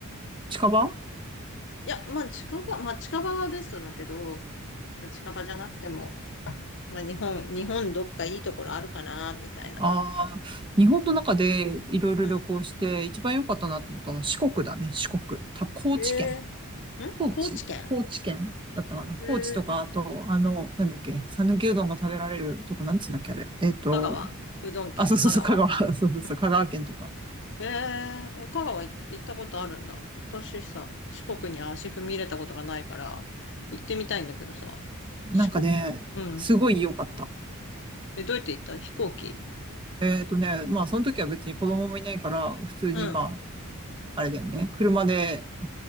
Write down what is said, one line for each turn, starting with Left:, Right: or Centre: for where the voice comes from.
Right: 近場
Left: いや、まあ近場、まあ近場はベストだけど、まあ、近場じゃなくても、まあ日本、日本どっかいいところあるかなみたいな。
Right: ああー、日本の中でいろいろ旅行して一番良かったなと思ったのは四国だね、
Left: う
Right: 四国。た、高知県。
Left: ん。えー、ん高知県
Right: 高知高知県だったかな高知とか、
Left: えー、
Right: あと、あの、なんだっけ、讃岐うどんが食べられるとこ、なんつうんだっけ、あれ。えっと、
Left: 香川うどん県香川
Right: あ、そうそうそう、香川、<laughs> そうそうそう、
Left: うん。
Right: 香川県とか。
Left: ええー、香川い行ったことあるんだ。私さ、四国に足踏み入れたことがないから、行ってみたいんだけどさ、四国、
Right: なんかね、
Left: うん。
Right: すごい良かった。
Left: え、どうやって行った飛行機
Right: えっとね、まあ、その時は別に子供もいないから、普通にまあ、
Left: うん。
Right: あれだよね、車で